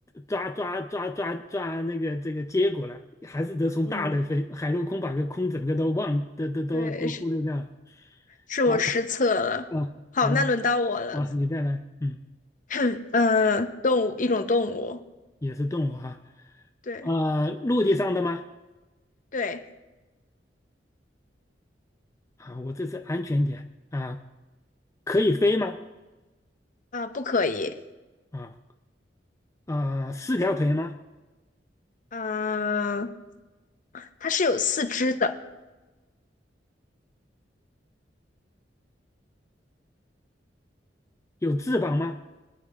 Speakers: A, on the left; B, on the left.
A: 抓抓抓抓抓那个这个结果了，还是得从大类飞，
B: 嗯，
A: 海陆空把个空整个都忘，都都都都忽略掉了。
B: 对，是是我失策了。
A: 好啊，
B: 好，
A: 好
B: 那轮到我了。
A: 啊，你再来，嗯，
B: <clears throat> 哼嗯、呃动物，一种动物。
A: 也是动物哈，
B: 对
A: 啊，陆地上的吗？
B: 对，
A: 啊，我这是安全点啊，可以飞吗？
B: 啊、不可以。
A: 啊啊，四条腿吗？
B: 嗯、它是有四肢的。
A: 有翅膀吗？